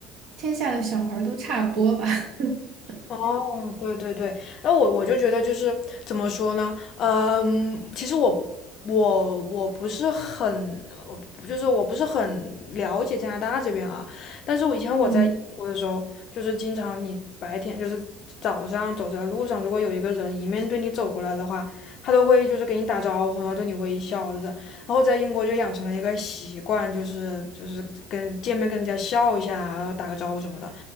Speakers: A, on the right (about 60°); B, on the left (about 55°).
A: 天下的小孩儿都差不多吧。<laughs>
B: 哦，对对对，那我我就觉得就是怎么说呢，嗯，其实我我我不是很，我就是我不是很了解加拿大这边啊，但是我以前我在英国的时候，
A: 嗯
B: 就是经常你白天就是早上走在路上，如果有一个人迎面对你走过来的话，他都会就是给你打招呼，然后对你微笑着，然后在英国就养成了一个习惯，就是就是跟见面跟人家笑一下啊，然后打个招呼什么的。